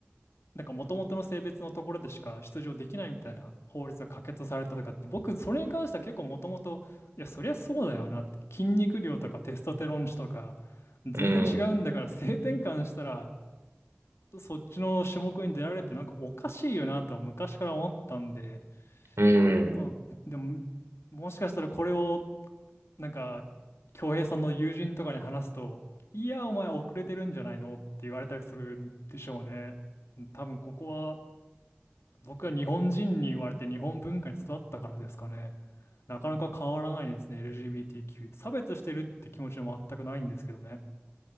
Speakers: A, on the left; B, on the right.
A: なんか元々の性別のところでしか出場できないみたいな法律が可決されたとかって、僕、それに関しては結構もともと、いや、そりゃそうだよなって、筋肉量とかテストステロン値とか、全然違うんだから、
B: うん。
A: 性転換したら、そっちの種目に出られるってなんかおかしいよなとは昔から思ったんで、
B: うん。
A: まあ、でも、もしかしたらこれを、なんか、恭平さんの友人とかに話すと、いや、お前遅れてるんじゃないのって言われたりするんでしょうね。うん多分ここは、僕は日本人に言われて日本文化に育ったからですかね。なかなか変わらないですね、LGBTQ。差別してるって気持ちは全くないんですけどね。